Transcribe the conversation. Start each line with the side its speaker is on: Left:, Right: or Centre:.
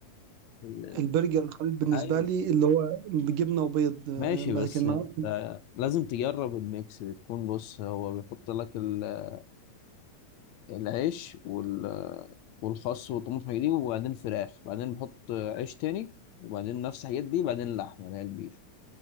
Left: ال-
Right: البرجر الخليط بالنسبة
Left: ايوه
Right: لي اللي هو بجبنة وبيض آه،
Left: ماشي
Right: لكن
Left: بس انت
Right: معاه
Left: لازم تجرب الميكس بتكون بص هو بيحط لك ال- العيش وال والخس والطماطم والحاجات دي وبعدين فراخ وبعدين بحط عيش تاني وبعدين نفس الحاجات دي بعدين اللحمة اللي هي البيف